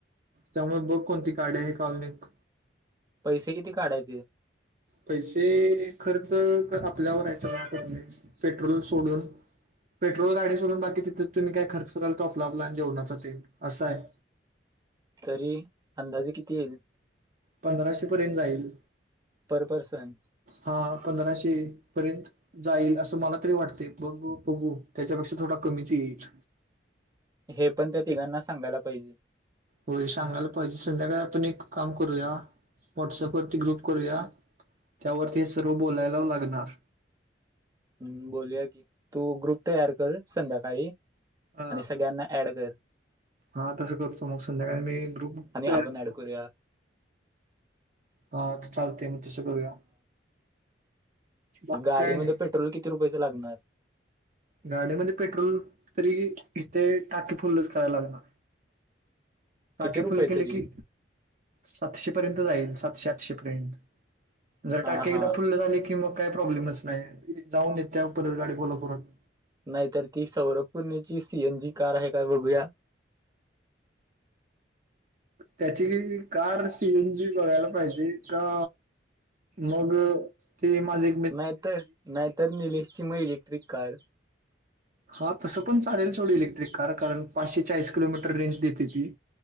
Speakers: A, on the right; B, on the right.
A: त्यामुळे बघ कोणती गाडी आहे का अजून एक!
B: पैसे किती काढायचे?
A: पैसे खर्च आपल्यावर हाय सगळा करणे पेट्रोल सोडून पेट्रोल गाडी सोडून बाकी तिथं तुम्ही काय खर्च कराल तो आपला आपला जेवना चा ते आस आहे.
B: तरी अंदाजे किती येईल?
A: पंधराशे पर्यंत जाईल.
B: पर पर्सन
A: हा पंधराशे पर्यंत जाईल असं मला तरी वाटते बघू बघू त्याच्यापेक्षा थोडा कमीच येईल.
B: हे पण त्या तिघांना सांगायला पाहिजे.
A: होय सांगायला पाहिजे संध्याकाळी आपण एक काम करूया व्हॉट्सअपवररती ग्रुप करूया. त्यावर ते सर्व बोलायला लागणार.
B: हम्म बोलूया की तू ग्रुप तयार कर संध्याकाळी
A: हा.
B: आणि सगळ्यांना ऍड कर.
A: हा तसं करतो मग संध्याकाळी मी ग्रुप
B: आणि
A: तयार
B: आपण
A: करतो.
B: ऍड करूया
A: हा चालतेय मग तसं करूया. बाकी
B: क गाडीमध्ये
A: काय नाही
B: पेट्रोल किती रुपयाच लागणार.
A: गाडीमध्ये पेट्रोल तरी इथे टाके फुलच करायला लागणार.
B: किती
A: टाकीे
B: रुपये
A: फुल केले
B: तरी
A: की सातशे पर्यंत जाईल सातशे, आठशे पर्यंत जर
B: हा
A: टाके
B: हा
A: एकदा फुल्ल झाले की मग काही प्रॉब्लेमच नाही जाऊन येत त्या परत गाडी परत कोल्हापुरात.
B: नाहीतर की सौरभपूर्णेची सीएन जी कार आहे काय बघूया.
A: त्याची कार सीएन जी बघायला पाहिजे का? मग ते माझी
B: नाहीतर, नाहीतर निलेशची मग इलेक्ट्रिक कार
A: हा तसं पण चालेल थोड इलेक्ट्रिक कार कारण पाचशे चाळीस किलोमीटर रेंज देते ती.